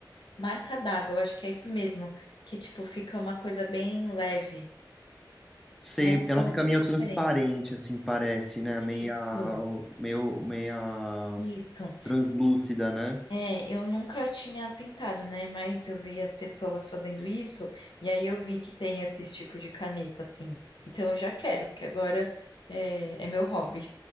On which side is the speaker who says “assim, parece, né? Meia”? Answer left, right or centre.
Centre